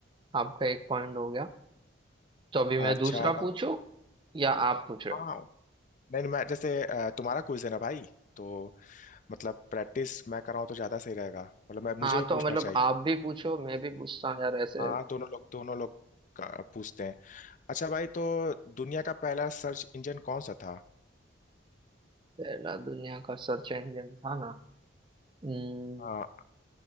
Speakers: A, on the right; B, on the left.
A: आपका एक पॉइंट हो गया तो अभी
B: अच्छा
A: मैं दूसरा पूछूं या आप पूछ रहे
B: हाँ
A: हो
B: नहीं नहीं, मैं जैसे आ, तुम्हारा क्विज है ना भाई तो मतलब प्रैक्टिस मैं कराऊँ तो ज़्यादा सही रहेगा मतलब मैं मुझे
A: हाँ
B: भी
A: तो
B: पूछना
A: मतलब
B: चाहिए
A: आप भी पूछो मैं भी पूछता हूँ यार ऐसे
B: हाँ दोनों लोग दोनों लोग का- पूछते हैं अच्छा भाई तो दुनिया का पहला सर्च इंजन कौन सा था
A: पहला दुनिया का सर्च इंजन था ना हम्म,
B: आ,